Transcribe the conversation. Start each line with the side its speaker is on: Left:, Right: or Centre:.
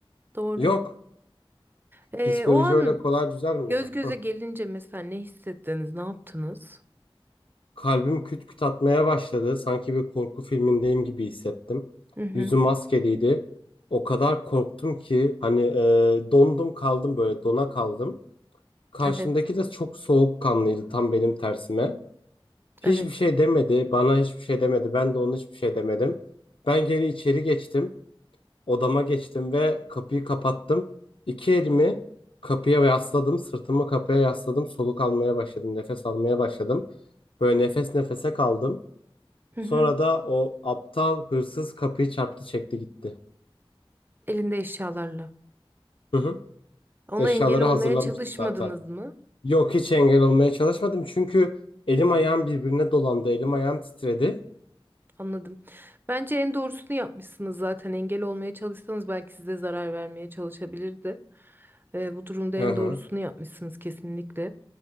Right: doğru.
Left: Yok
Right: E,
Left: psikoloji
Right: o an
Left: öyle kolay düzelmiyor.
Right: göz göze
Left: Hıh.
Right: gelince mesela ne hissettiniz, ne yaptınız?
Left: Kalbim küt küt atmaya başladı sanki bir korku filmindeyim gibi hissettim.
Right: Hı hı,
Left: Yüzüm maskeliydi o kadar korktum ki hani e, dondum kaldım böyle dona kaldım. Karşımdaki
Right: evet,
Left: de çok soğukkanlıydı tam benim tersime. Hiçbir
Right: evet.
Left: şey demedi. Bana hiçbir şey demedi. Ben de ona hiçbir şey demedim. Ben geri içeri geçtim. Odama geçtim ve kapıyı kapattım. İki elimi kapıya yasladım. Sırtımı kapıya yasladım. Soluk almaya başladım. Nefes almaya başladım. Böyle nefes nefese kaldım.
Right: Hı hı,
Left: Sonra da o aptal hırsız kapıyı çarptı çekti gitti.
Right: elinde eşyalarla.
Left: Hı hı.
Right: Ona
Left: Eşyaları
Right: engel olmaya
Left: hazırlamıştı
Right: çalışmadınız
Left: zaten.
Right: mı?
Left: Yok hiç engel olmaya çalışmadım. Çünkü elim ayağım birbirine dolandı. Elim ayağım titredi.
Right: Anladım. Bence en doğrusunu yapmışsınız zaten. Engel olmaya çalışsanız belki size zarar vermeye çalışabilirdi. E, bu durumda en
Left: Hı hı.
Right: doğrusunu yapmışsınız kesinlikle.